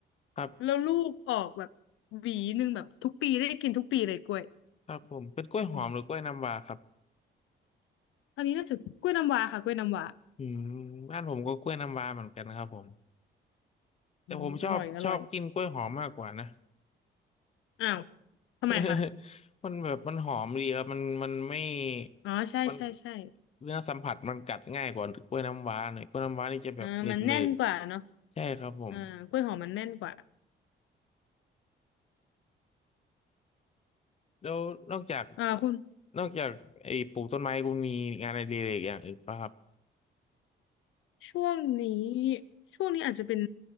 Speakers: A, on the left; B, on the left.
A: ครับ
B: แล้วลูกออกแบบหวีหนึ่งแบบทุกปีได้กินทุกปีเลยกล้วย
A: ครับผมเป็นกล้วยหอมหรือกล้วยน้ำว้าครับ
B: อืมอันนี้น่าจะกล้วยน้ำว้าค่ะกล้วยน้ำว้า
A: อืมบ้านผมก็กล้วยน้ำว้าเหมือนกันครับผม แต่ผมชอบชอบกินกล้วยหอมมากกว่านะ
B: อืมอร่อยอร่อยอ้าวทำไมคะ
A: <laughs> มันแบบมันหอมดีครับมันมันไม่
B: อ๋อใช่ใช่ใช่
A: มันเนื้อสัมผัสมันกัดง่ายกว่ากล้วยน้ำว้าหน่อยกล้วยน้ำว้านี่จะแบบหนืดหนืด
B: อ่ามันแน่นกว่าเนาะ
A: ใช่ครับผม
B: อ่ากล้วยหอมมันแน่นกว่า
A: แล้วนอกจาก
B: อ่าคุณ
A: นอกจากไอ้ปลูกต้นไม้คุณมีงานอดิเรกอย่างอื่นป่ะครับ
B: ช่วงนี้ช่วงนี้อาจจะเป็น